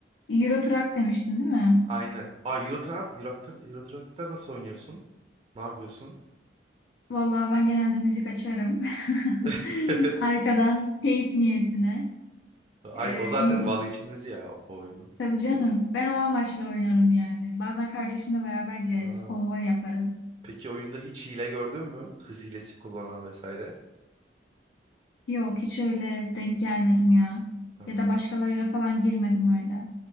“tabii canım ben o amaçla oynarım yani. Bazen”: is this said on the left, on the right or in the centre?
Left